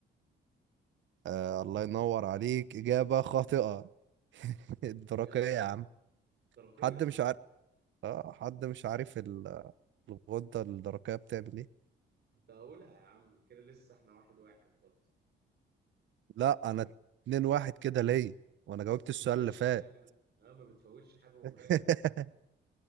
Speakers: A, on the right; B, on the right.
A: آه الله ينور عليك إجابة خاطئة <laughs> الدرقية
B: بجد
A: يا
B: والله
A: عم
B: الدرقية
A: حد مش عارف اه حد مش عارف ال- الغدة الدرقية بتعمل ايه
B: كنت هقولها يا عم كده لسه احنا واحد واحد برضه
A: لا انا اتنين واحد كده ليا وانا جاوبت
B: ما بتفوتش
A: السؤال اللي فات
B: حاجة انت اه ما بتفوتش حاجة ومراكز
A: <laughs>